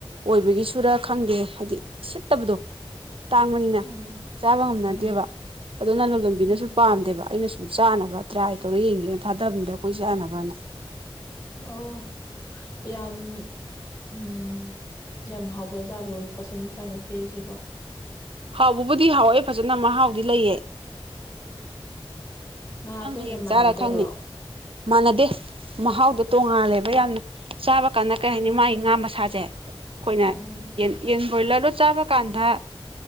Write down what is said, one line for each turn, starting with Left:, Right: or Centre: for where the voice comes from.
Right: ꯑꯣꯏꯕꯒꯤ ꯁꯨꯔ ꯈꯪꯗꯦ ꯍꯥꯏꯗꯤ ꯁꯤꯠꯇꯕꯗꯣ ꯇꯥꯡꯕꯅꯤꯅ
Left: ꯎꯝ
Right: ꯆꯥꯕ ꯉꯝꯅꯗꯦꯕ
Left: ꯎꯝ
Right: ꯑꯗꯨꯅ ꯂꯂꯣꯟꯕꯤꯅꯁꯨ
Left: ꯎꯝ
Right: ꯄꯥꯝꯗꯦꯕ ꯑꯩꯅꯁꯨ ꯆꯥꯅꯕ ꯇ꯭ꯔꯥꯏ ꯇꯧꯔ ꯌꯦꯡꯒꯅ ꯊꯥꯗꯕꯅꯤꯗ ꯑꯩꯈꯣꯏ ꯆꯥꯅꯕꯅ
Left: ꯑꯣ ꯌꯥꯝ ꯎꯝ ꯌꯥꯝ ꯍꯥꯎꯕ ꯖꯥ ꯂꯣꯜ ꯄꯁꯟ ꯏꯐꯥꯏꯅ ꯄꯤꯔꯤꯁꯤꯕꯣ
Right: ꯍꯥꯎꯕꯕꯨꯗꯤ ꯍꯥꯎꯋꯦ ꯐꯖꯅ ꯃꯍꯥꯎꯗꯤ ꯂꯩꯌꯦ
Left: ꯉꯥ
Right: ꯅꯪ
Left: ꯑꯇꯩꯒ
Right: ꯍꯌꯦꯡ
Left: ꯃꯥꯟꯅꯗꯕ꯭ꯔꯣ
Right: ꯆꯥꯔ ꯈꯪꯅꯤ ꯃꯥꯟꯅꯗꯦ ꯃꯍꯥꯎꯗꯣ ꯇꯣꯡꯉꯥꯜꯂꯦꯕ ꯌꯥꯝꯅ ꯆꯥꯕ ꯀꯥꯟꯗ ꯀꯔꯤ
Left: ꯎꯝ
Right: ꯍꯥꯏꯅꯤ ꯃꯥꯒꯤ ꯉꯥ ꯃꯁꯥꯁꯦ ꯑꯩꯈꯣꯏꯅ
Left: ꯎꯝ
Right: ꯌꯦꯟ ꯌꯦꯟ ꯕꯣꯏꯂꯔꯣ ꯆꯥꯕ ꯀꯥꯟꯗ